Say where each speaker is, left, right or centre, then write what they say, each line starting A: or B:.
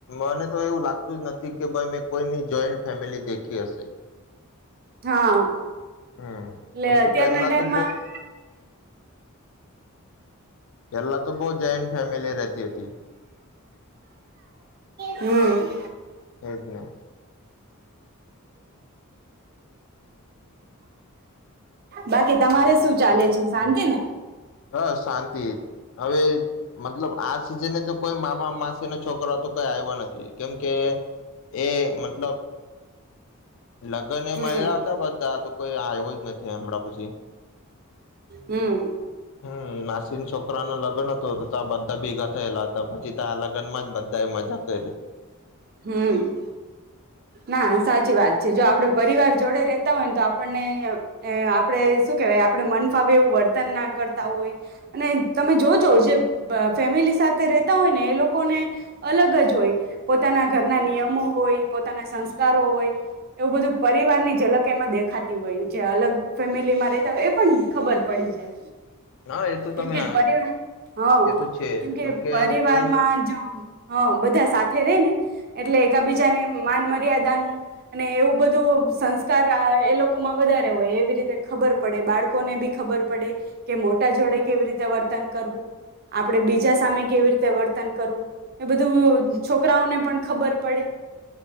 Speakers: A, on the left; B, on the right.
A: મને તો એવું લાગતું જ નથી. કે ભાઈ મેં કોઈની જોઈન્ટ ફેમિલી દેખી હશે.
B: હા,
A: હમ
B: એટલે
A: કેમ
B: અત્યારના
A: કે પેલા
B: ટાઈમમાં
A: તો એલા તો બઉ જોન્ટ ફેમિલી તે હતી.
B: હમ.
A: એ જ ન
B: બાકી તમારે શું ચાલે છે, શાંતિ ને.
A: હ શાંતિ હવે મતલબ આ સિઝને તો કોઈ મામા માસેનો છોકરો તો કોઈ આવ્યો નથી. કેમકે, એ મતલબ લગ્ન એ
B: હમ
A: મળલા હતા. બધા તો કોઈ આવ્યો જ નથી હમણાં પછી,
B: હમ
A: હમ્મ, નાસીિન છોકરા ન લગ્ન હતું. ત બધા ભેગા થયેલા હતા. પછી, ત્યા આ લગ્નમાં જ બધા મજા, કરી
B: હમ્મ, ના સાચી વાત છે. જો આપડે પરિવાર જોડે રેતા હોય. ને તો આપણને આપણે શું કેહેવાય આપણે મન ફાવે એવું વર્તન ના કરતા હોય. અને તમે જો જો જે ફેમિલી સાથે રતા હોય ને એ લોકોને અલગ જ હોય. પોતાના ઘરના નિયમો હોય. પોતાના સંસ્કારો હોય, એવું બધું પરિવારની ઝલક એમાં દેખાતી હોય. જે અલગ ફેમિલીમાં રેતા હોય એ પણ ખબર પડી જાય.
A: હા એ તો
B: કેમકે,
A: તમે
B: પરવાર હ
A: એ તો છે
B: કેમકે,
A: કેમ કે
B: પરિવારમાં
A: કોઈ
B: જો હા, બધા સાથે ર ને એટલે એકાબીજાને માન મર્યાદાનું અને એવું બધું સંસ્કાર એ લોકોમાં વધારે હોય એવી રીતે ખબર પડે. બાળકોને બી ખબર પડે કે મોટા જોડે કેવી રીતે વર્તન કરવું. આપડે બીજા સામે કેવી રીતે વર્તન કરવું. એ બધું છોકરાઓને પણ ખબર પડે.